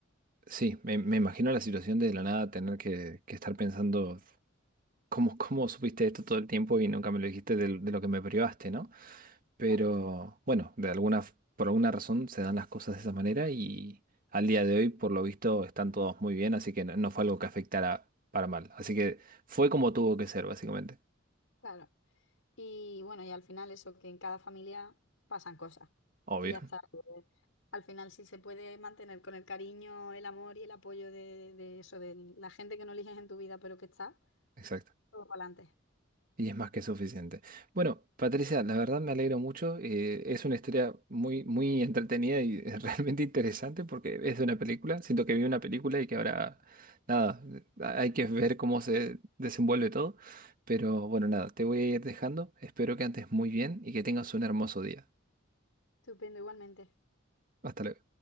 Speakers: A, on the right; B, on the left.
A: sí, me, me imagino la situación de la nada tener que, que estar pensando, ¿cómo, cómo supiste esto todo el tiempo y nunca me lo dijiste de, de lo que me privaste, ¿no? Pero
B: Ya.
A: bueno, de alguna, f- por alguna razón se dan las cosas de esa manera y al día de hoy, por lo visto, están todos muy bien, así que no, no fue algo que afectara para mal. Así que fue como tuvo que ser, básicamente.
B: Claro. Y bueno, y al final eso, que en cada familia pasan cosas.
A: Obvio.
B: Y ya está. Eh, Al final, si se puede mantener con el cariño, el amor y el apoyo de, de eso, de la gente que no eliges en tu vida, pero que está,
A: <laughs> Exacto.
B: todo para adelante.
A: Y es más que suficiente. Bueno, Patricia, la verdad me alegro mucho. eh, es una historia muy, muy entretenida y eh, <laughs> realmente interesante porque es de una película. Siento que vi una película y que ahora, nada, eh, hay que ver cómo se desenvuelve todo. Pero bueno, nada, te voy a ir dejando. Espero que andes muy bien y que tengas un hermoso día.
B: Estupendo, igualmente.
A: Hasta luego.